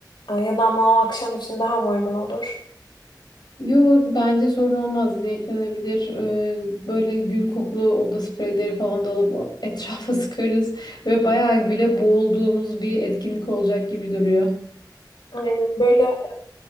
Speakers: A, on the left (about 85°); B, on the left (about 65°).
A: E, ya da ama o akşam için daha mı uygun olur?
B: Yo bence sorun olmaz yine eklenebilir. Ee, böyle gül kokulu oda spreyleri falan da alıp etrafa <laughs> sıkarız. Ve bayağı güle boğulduğumuz bir etkinlik olacak gibi duruyor.
A: Aynen böyle